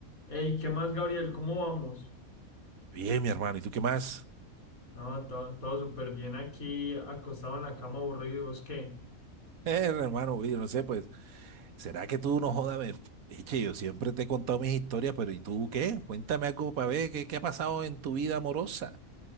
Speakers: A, on the left; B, on the right.
A: Hey, ¿qué más, Gabriel? ¿Cómo vamos?
B: Bien, mi hermano, ¿y tú qué más? <laughs>
A: No, todo, todo súper bien aquí, acostado en la cama aburrido, ¿y vos qué?
B: Eh, hermano, oye, no sé, pues, ¿será que tú no jodas? me- Eche, yo siempre te he contado mis historias, pero ¿y tú qué? Cuéntame algo para ver qué, qué ha pasado en tu vida amorosa.